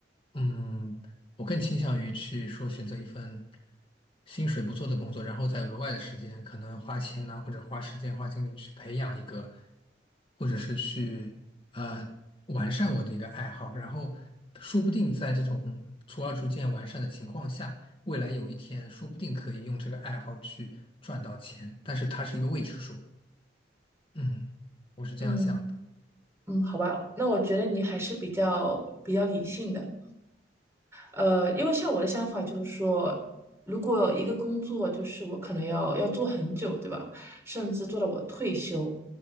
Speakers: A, on the left; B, on the right.
A: 嗯，我更倾向于去说选择一份。薪水不错的工作，然后再额外的时间，可能花钱呐、或者花时间、花精力去培养一个，或者是去呃完善我的一个爱好，然后说不定在这种逐而逐渐完善的情况下，未来有一天说不定可以用这个爱好去赚到钱，但是它是一个未知数。嗯，我是这样想的。
B: 嗯。嗯，好吧，那我觉得你还是比较比较理性的，呃，因为像我的想法就是说，如果一个工作就是我可能要要做很久，对吧？甚至做到我退休，